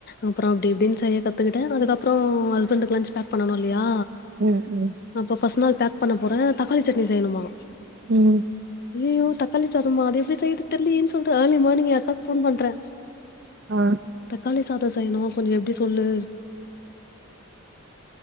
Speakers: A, on the left (about 45°); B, on the right (about 50°).
A: அப்றோ அப்டி இப்டின் செய்ய கத்துக்கிட்டே அதுக்கப்றோ ஹஸ்பண்டுக்கு லஞ்ச் பேக் பண்ணனு இல்லயா
B: ம் ம்
A: அப்போ ஃபஸ்ட் நாள் பேக் பண்ண போறே தக்காளி சட்னி செய்யணுமா
B: ம்
A: அய்யய்யோ தக்காளி சாதமா அது எப்டி செய்றது தெர்லயேன் சொல்ட்டு ஏர்லிமானிங் எ அக்காக்கு ஃபோன் பண்றே
B: ஆ
A: தக்காளி சாத செய்யணு கொஞ்ச எப்டி சொல்லு